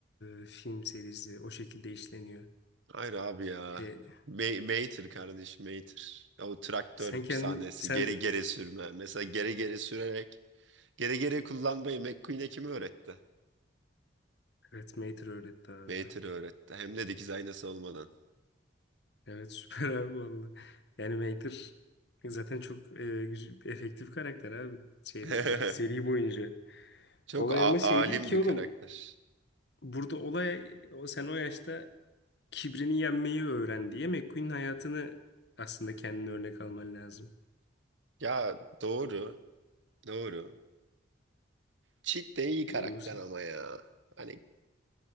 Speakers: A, on the left; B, on the right.
A: e, film serisi o şekilde işleniyor.
B: Hayır abi ya.
A: E,
B: Ma- Mater kardeş Mater. O traktör
A: sen kendin
B: sahnesi
A: sen
B: geri geri sürme. Mesela geri geri sürerek geri geri kullanmayı McQueen'e kim öğretti?
A: evet Mater öğretti abi.
B: Mater öğretti. Hem de dikiz aynası olmadan.
A: Evet süper <laughs> abi vallahi. Yani Mater zaten çok e, güzel- efektif karakter abi şeydeki
B: <laughs>
A: seri boyunca.
B: Çok
A: Olay
B: a-
A: ama şey
B: alim
A: değil ki
B: bir
A: oğlum.
B: karakter.
A: Burada olay o sen o yaşta kibrini yenmeyi öğren diye McQueen'in hayatını aslında kendine örnek alman lazım.
B: Ya doğru, doğru. Cheat de iyi karakter
A: Yoksa
B: ama ya. Hani